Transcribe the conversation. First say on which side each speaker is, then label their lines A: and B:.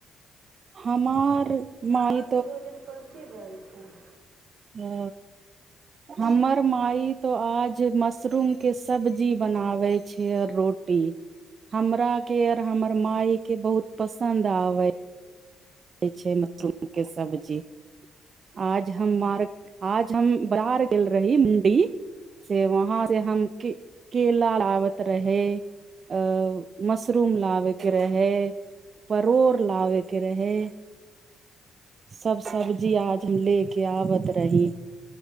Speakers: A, on the right; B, on the right.
A: हमार माई
B: अहााँके भोजन कथि भेल हुम्
A: ह हमर माइ तो आज मशरूम के सब्जी बनावे छै आर रोटी हमरा के आर हमर मााय के बहुत पसंन्द आवे छै मशरूम के सब्जी आज हमार आज हम बाहर गेल रही मण्डी से वहाँ से हम केला लाबत रहे अ मशरूम लाबे के रहे परोड़ लाबे के रहे सब सब्जी आज हम ले के आबैत रही